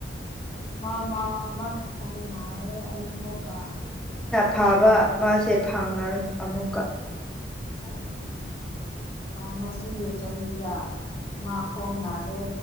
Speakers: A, on the left; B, in the centre.
A: ꯃꯥ ꯃꯥ ꯃꯥꯒꯤ ꯈꯣꯡ ꯉꯥꯏꯑꯦ ꯑꯃꯨꯛꯀ
B: ꯐꯥꯕ ꯃꯥꯁꯦ ꯐꯪꯉꯔ ꯑꯃꯨꯛꯀ
A: ꯑꯗꯨ ꯑꯗꯨꯅꯦ ꯉꯁꯤ ꯆꯍꯤꯗ ꯃꯥ ꯈꯣꯡꯅꯥꯔꯦ